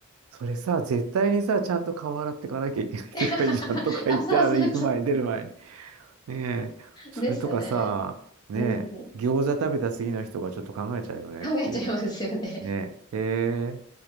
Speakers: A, on the right; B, on the left.
A: それさ、絶対にさ、ちゃんと顔洗ってかなきゃいけない世界じゃんとか言って、
B: <laughs> あ、そうそうそ
A: あの、行く前に、出る前に。ねえ、それとかさ、
B: う。ですね。
A: ねえ、
B: うん。
A: 餃子食べた次の人がちょっと考えちゃうよねっていう。
B: 考えちゃいますよね。
A: ねえ、へえ、